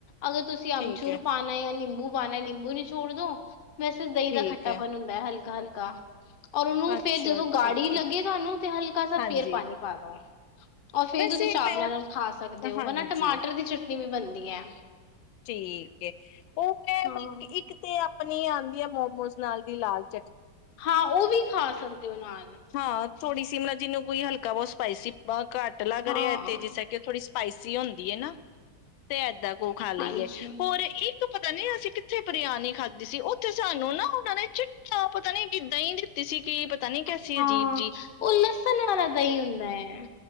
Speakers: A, on the left; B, on the left.
A: ਅਗਰ ਤੁਸੀਂ
B: ਠੀਕ
A: ਅਮਚੂਰ
B: ਐ,
A: ਪਾਉਣਾ ਜਾਂ ਨਿੰਬੂ ਨਾ ਨਿੰਬੂ ਨੀ ੋੜ ਦੋ <unintelligible> ਵੈਸੇ ਦਹੀਂ
B: ਠੀਕ
A: ਦਾ ਖੱਟਾਪਨ
B: ਐ,
A: ਹੁੰਦਾ ਹੈ ਹਲਕਾ ਹਲਕਾ ਤਾਂ ਔਰ ਉਹਨੂੰ
B: ਅੱਛਾ
A: ਫੇਰ ਜਦੋਂ ਗਾੜ੍ਹੀ
B: ਠੀਕ
A: ਲੱਗੇ
B: ਐ,
A: ਤੁਹਾਨੂੰ ਤੇ ਹਲਕਾ ਸਾ
B: ਹਾਂਜੀ।
A: ਫੇਰ ਪਾਣੀ ਪਾ ਦੋ ਔਰ ਫੇਰ
B: ਵੈਸੇ
A: ਤੁਸੀਂ ਚਾਵਲਾਂ
B: ਮੈਂ
A: ਨਾਲ ਖਾ ਸਕਦੇ ਹੋ
B: ਹਾਂਜੀ,
A: ਨਾ ਟਮਾਟਰ ਦੀ ਚਟਨੀ ਵੀ ਬਣਦੀ ਧਆਂ <unintelligible>
B: ਠੀਕ ਏ ਉਹ ਮੈਂ
A: ਹਾਂ।
B: ਮਤਲਬ ਕਿ ਇੱਕ ਤੇ ਪਨੀਰ ਆਉਂਦੀ ਹੈ ਮੋਮੋਸ ਨਾਲ ਦੀ ਲਾਲ <unintelligible>
A: ਹਾਂ ਉਹ ਵੀ ਖਾ ਸਕਦੇ ਹੋ ਨਾਲ
B: ਹਾਂ ਥੋੜੀ ਸੀ <unintelligible> ਮ ਜਿਹਨ ਕੋਈਲਕਾ ਬਹੁਤ ਸਪਾਈਸੀ ਘੱਟ ਲੱਗ
A: ਹਾਂ।
B: ਰਿਹਾ ਤੇ ਜਿਸੇ ਕਿ ਥੋੜ੍ਹੀ ਸਪਾਈਸੀ ਹੁੰਦੀ ਹੈ ਨਾ ਤੇ ਏਦਾਂ ਉਹ ਖਾ ਲਈਏ
A: ਹਾਂਜੀ
B: ਹੋਰ ਇੱਕ <unintelligible> ਪਤਾ ਨੀ ਅਸੀਂ ਕਿੱਥੇ ਬਰਿਆਨੀ ਖਾਧੀ ਸੀ ਉੱਥੇ ਸਾਨੂੰ ਨਾ ਉਹ ਨੇ ਚਿੱਟਾ ਪਤਾ ਨੀ ਕਿ ਦਹੀ ਦਿੱਤੀ ਸੀ ਕੀ ਪਤਾ ਨੀ ਕੈਸੀ
A: ਹਾਂ
B: ਅਜੀਬ ਜੀ।
A: ਉਹ ਲਸਣ ਵਾਲਾ ਦਹੀਂ ਹੁੰਦਾ ਹੈ